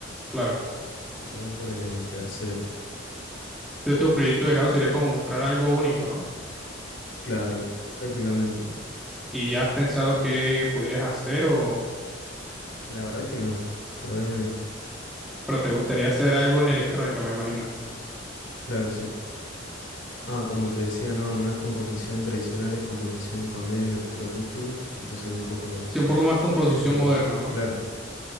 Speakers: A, in the centre; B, on the left.
A: claro,
B: Yo voy por el tercero.
A: entonces tu proyecto de grado sería como mostrar algo único, ¿no?
B: Claro, prácticamente.
A: Y ya has pensado qué podrías hacer o,
B: La verdad que no, todavía no.
A: pero te gustaría hacer algo en electrónica, me imagino.
B: Claro, sí. Ah, como te decía, no, no es composición tradicional, es composición con medios electroacústicos, entonces un poco de...
A: Sí, un poco más composición
B: Con,
A: moderna,
B: con-
A: ¿no?
B: claro,